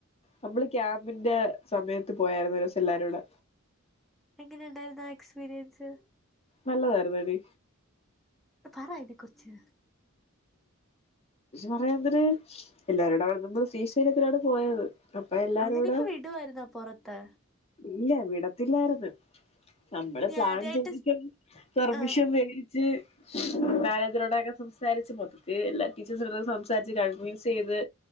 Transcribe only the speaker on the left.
നമ്മള് ക്യാമ്പിന്റെ സമയത്ത് പോയായിരുന്നു ഒരുസം എല്ലാരുടെ
നല്ലതായിരുന്നടി
പറയാ എന്തര് എല്ലാരുട അവിടെ നമ്മള് ശ്രീ ശൈര്യത്തിലാണ് പോയത് അപ്പൊ എല്ലാരും
കൂടെ
ഇല്ല വിടത്തില്ലായിരുന്നു. നമ്മള്
പ്ലാൻ
ചെയ് <unintelligible> പെർമിഷൻ
വേടിച്ച് മാനേജറോടൊക്കെ സംസാരിച്ച് മൊത്തത്തി എല്ലാ ടീച്ചേഴസോ സംസാരിച്ച് കൺവീൻസ് ചെയ്ത്